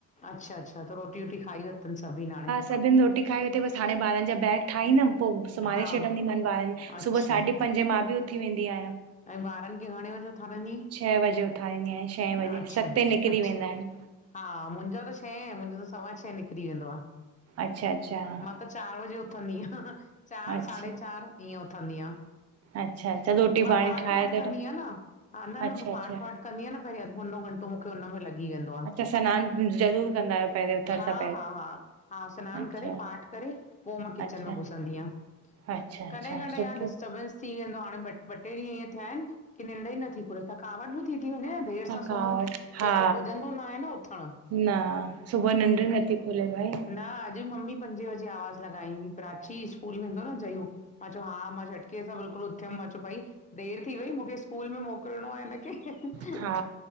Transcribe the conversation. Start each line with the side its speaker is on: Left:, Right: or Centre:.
Left: अच्छा अच्छा त रोटी वोटी खाई वरतनि सभी हांणे?
Right: सभिन रोटी खाई वरति बस हाणे बांरन जा बैग ठाहींदम, पो सुम्हारे
Left: हा
Right: छॾींदीमानि ॿारनि
Left: अच्छा
Right: सुबुह साढे पंजें मां बि उथी वेंदी आयां।
Left: ऐं ॿारनि खे घणे वॼे उथारिंदी आंईं,
Right: छह बजे उथारींदी आहियां छहें बजे
Left: अच्छा
Right: सते निकिरी
Left: अच्छा।
Right: वेंदा आहिनि
Left: हा मुंहिंजो त छैं, मुंहिंजो त सवा छैं निकिरी वेंदो आ।
Right: अच्छा अच्छा
Left: मां त चार वजे उथणंदी आहयां, चार
Right: अच्छा
Left: साढे चार। ईअं उथंदी आंयां।
Right: अच्छा अच्छा रोटी
Left: मां
Right: पाणी
Left: पाठ
Right: ठाहे
Left: वाठ
Right: त
Left: कंदी आहियां न, ह न
Right: अच्छा
Left: न पो
Right: अच्छा
Left: पाठ वाठ कंदी आहियां न पहिरीं अधु मुनो घंटो त मूंखे हुन में लॻी वेंदो आ,
Right: अच्छा सनानु ज़रूरु कंदा आहियो पहिरियों उथण
Left: हा
Right: सां
Left: हा हा हा
Right: पहिरियों
Left: सनानु करे पाठ करे पो मां किचन
Right: अच्छा अच्छा
Left: में घुसंदी आं।
Right: अच्छा
Left: कॾहिं
Right: अच्छा
Left: कॾहिं
Right: सुठो
Left: यार डिस्टर्बंस थी वेंदो हाणे। ॿ ॿ टे ॾींहं इअं थिया आहिन। की ड ई नथीुरे तकावट बि थी। थी वञे न। देरि
Right: थकावट
Left: सां सुम्हहि
Right: हा
Left: त पोइ पुजंदो न आहे न उथण।
Right: न सुबह निंद्र ही नथी खोले भाई।
Left: न अॼु बि मम्मी पंजे बजे आवाज़ु लॻाई हुई प्राची स्कूल में वेंदो न जयूं -- मां चयो हा मां छटकीअ सां बिल्कुलु उथियम मां -- भई देरि थी वई मूंखे स्कूल में मोकिलणो आ हिन खे।
Right: हा